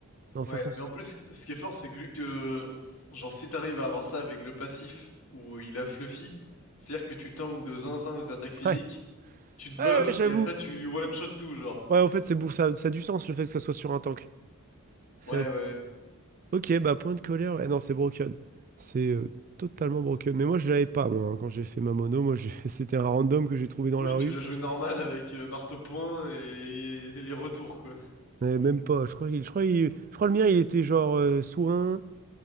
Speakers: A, on the right; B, on the left.
A: Non,
B: Ouais,
A: 500...
B: mais en plus, ce qui est fort, c'est que vu que, genre, si t'arrives à avoir ça avec le passif où il a Fluffy, c'est-à-dire que tu tankes de zinzin les attaques physiques,
A: Ouais,
B: tu te buffes
A: ouais, ouais, j'avoue.
B: et après tu one shot tout, genre.
A: Ouais, en fait, c'est bou- ça, ça a du sens le fait que ça soit sur un tank. Ça
B: Ouais,
A: a-
B: ouais, ouais.
A: Ok, bah point de colère, ouais, non, c'est broken. C'est euh, totalement broken. Mais moi, je l'avais pas, moi, hein, quand j'ai fait ma mono. Moi, j'ai- <laughs> c'était un random que j'ai trouvé dans
B: Oui,
A: la rue.
B: tu l'as joué normal avec euh, marteau point et, et retour, quoi.
A: Mais même pas. Je crois, qu'il- je crois, il- je crois le mien, il était genre euh, soin,